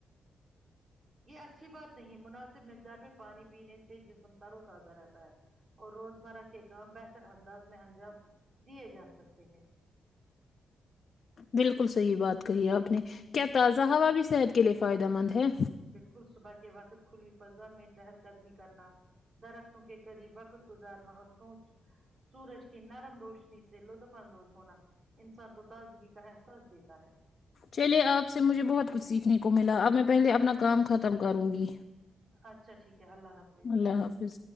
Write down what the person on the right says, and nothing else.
یہ اچھی بات نہیں مناسب مقدار میں پانی پینے سے جسم تر و تازہ رہتا ہے اور روزمرہ کے کام بہتر انداز میں انجام دیے جا سکتے ہیں
بالکل صبح کے وقت کھلی فضا میں چہل قدمی کرنا درختوں کے قریب وقت گزارنا اور سوچ سورج کی نرم روشنی سے لطف اندوز ہونا انسان کو تازگی کا احساس دیتا ہے
اچھا ٹھیک کیا اللہ حافظ